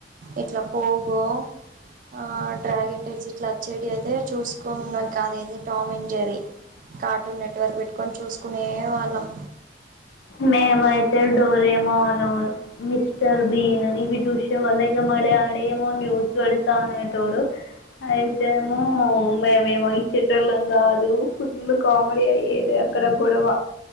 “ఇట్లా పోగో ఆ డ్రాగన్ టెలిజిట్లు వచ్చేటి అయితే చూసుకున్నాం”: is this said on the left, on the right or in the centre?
Right